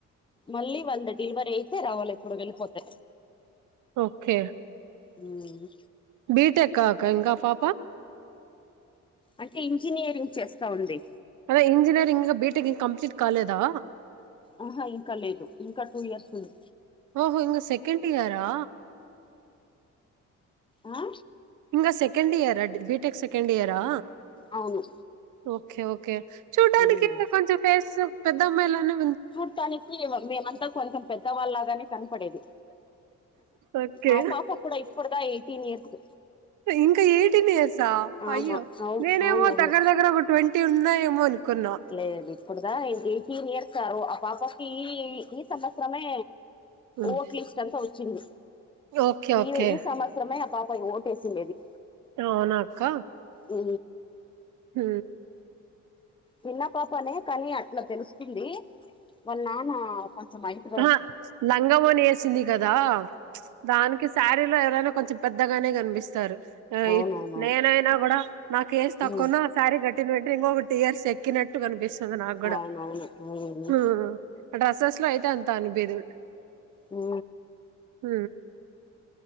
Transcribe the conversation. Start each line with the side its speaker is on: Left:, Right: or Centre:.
Left: మళ్ళీ వాళ్ళ డిలవరీ అయితే రావాలే ఇప్పుడు వెళ్ళిపోతే
Right: ఓకే
Left: ఉమ్
Right: బీటెక్కఅక్కా ఇంకా పాప
Left: అంటే ఇంజనీయరింగ్ చేస్తా ఉంది.
Right: అదే ఇంజిననీయరింగ్ బీటెక్ ఇంకా కంప్లీట్ కాలేదా?
Left: అహ ఇంకా లేదు, ఇంకా టూ ఇయర్స్ ఉంది
Right: ఓహో ఇంగ సెకెండ్ ఇయరా?
Left: ఆ
Right: ఇంగ సెకెండ్ ఇయరా డి బి టెక్ సెకెండ్ ఇయరా?
Left: అవును
Right: ఓకే ఓకే చూడ్టానికి
Left: మ్మ్
Right: కొంచం ఫేస్సు పెద్ద అమ్మాయిలనే
Left: చూట్ కనీపీవూ మేమంతా కొంచం పెద్దవాళ్ళలాగానే కనపడేది
Right: ఓకే.
Left: ఆ పాప కూడా ఇప్పుడుదా ఎయిటీన్ ఇయర్స్
Right: ఇంకా ఎయిటీన్ ఇయర్సా
Left: ఆమా
Right: అయ్యో
Left: అవును
Right: నేనేమో
Left: అవునవును
Right: దగ్గర దగ్గర ఒక ట్వంట్ టీ ఉన్నయేమో అనుకున్నా.
Left: లేదు ఇప్పుడుదాక ఏయిటీన్ ఇయర్ సారు ఆ పాపకి సంవత్సరమే
Right: హ్మ్.
Left: ఓట్ లిస్ట్ అంతా వచ్చింది,
Right: ఓకే
Left: ఈ
Right: ఓకే
Left: ఈ సంవత్స రమే ఆ పాప ఓటేసిండేది
Right: అవునా అక్క?
Left: ఊ
Right: ఊ
Left: నిన్న పాపనే కానీ అట్లా తెలుస్తుంది వాళ్ళ నాన్న కొంచెం అయితు
Right: అహ లంగ వోణి వేసింది కదా దానికి శారీలో ఎవరైనా కొంచెం పెద్దగానే కనిపిస్తారు ఆయ్
Left: అవునవునవును
Right: నేనైనా కూడా నాకు ఏజ తక్కువన్నా
Left: ఉమ్
Right: ఆ శారీ కట్టిన వేంట ఇంకొక టు ఇయర్స్ ఎక్ క్కినట్టు కనిపిస్తుంది నాగుడ
Left: అవునవును ఉమ్
Right: ఆ ఆ డ్రెసెస్ లో అయితే అంత అనుపియదు
Left: ఊ
Right: ఊ